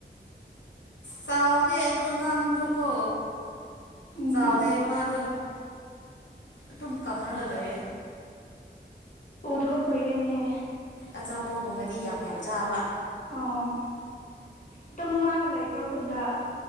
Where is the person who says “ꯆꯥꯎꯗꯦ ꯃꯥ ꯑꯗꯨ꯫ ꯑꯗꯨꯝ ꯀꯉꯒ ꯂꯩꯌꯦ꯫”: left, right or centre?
Left